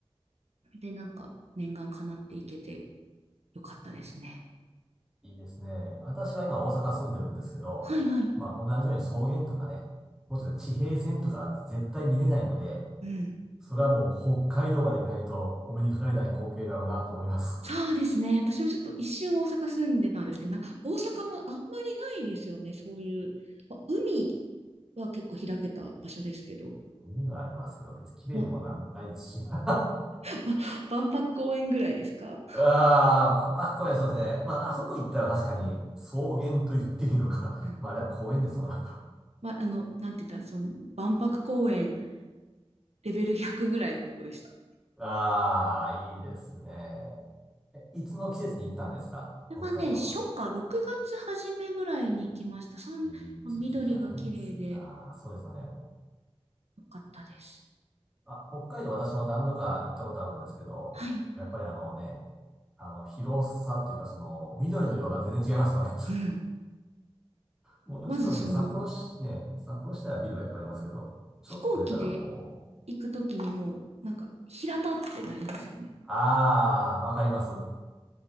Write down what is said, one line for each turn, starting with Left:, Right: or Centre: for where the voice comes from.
Right: で、なんか念願叶っていけてよかったですね。
Centre: いいですね。私は今大阪住んでるんですけど、
Right: はいはい。
Centre: まあ同じように草原とかね、もっと言うと地平線とかって絶対見れないので、
Right: うん。
Centre: それはもう北海道まで行かないとお目にかかれない光景だろうなと思います。
Right: そうですね。私もちょっと一瞬大阪住んでたんですけど、な、大阪もあんまりないですよね。そういう、まあ、海は結構開けた場所ですけど、
Centre: <laughs> 海はありますけど、別に綺麗でもなん、
Right: まあ、
Centre: ないですし。<laughs>
Right: <laughs> 万博公園ぐらいですか
Centre: あのあー、万博公園そうですね。まあ、あそこ行ったら確かに草原と言っていいのか。
Right: うん
Centre: <laughs> まあ、あれは公園ですわな。
Right: まあ、あの、なんて言ったら、その、万博公園レベル100ぐらいのとこでした。こ
Centre: <laughs> ああ、いいですね。えいつの季節に行ったんですか北海道は。
Right: れはね、初夏、6月初めぐらいに行きました。そん、
Centre: いい時期じゃないですか。
Right: 緑が綺麗で
Centre: そうですよね。
Right: よかったです。
Centre: あ、北海道私も何度か行ったことあるんですけど、
Right: はい。
Centre: やっぱりあのね、あの、広さっていうか、その、緑の量が全然違いますわね。<laughs>
Right: うん。
Centre: もちろんね、
Right: まずその、
Centre: 札幌市、ね、札幌市内はビルがいっぱいありますけど、ちょっと出たらもう、
Right: 飛行機で行くときにもう、なんか、平たってなりますよね。
Centre: ああ、わかります。